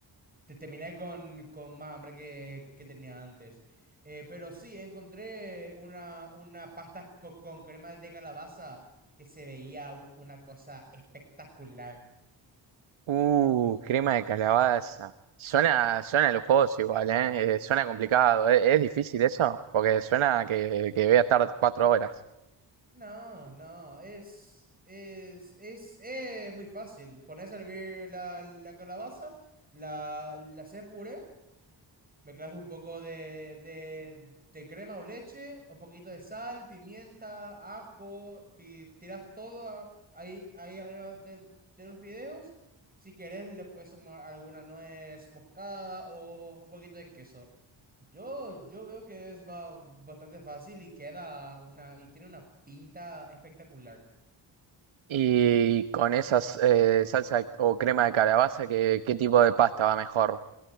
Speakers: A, on the right (about 20°); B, on the right (about 70°).
A: Te, terminé con, con más hambre que, que tenía antes. Eh, pero sí, encontré una, una pasta co- con crema de calabaza que se veía un- una cosa espectacular.
B: Uh, crema de calabaza. Suena, suena lujoso igual, ¿eh? Eh, suena complicado. ¿Es, es difícil eso? Porque suena que, que voy a estar cuatro horas.
A: No, no, es, es, es, eh, muy fácil. Pones a hervir la, la calabaza, la, la haces puré Mezclas un poco de, de, de crema o leche, un poquito de sal, pimienta, ajo, ti- tiras todo a- ahí, ahí arriba del- de, los videos. Si querés, le puedes sumar alguna nuez moscada o un poquito de queso. Yo, yo veo que es ba- bastante fácil y queda una, y tiene una pinta espectacular.
B: Y con esas eh, salsa o crema de calabaza, ¿qué, qué tipo de pasta va mejor?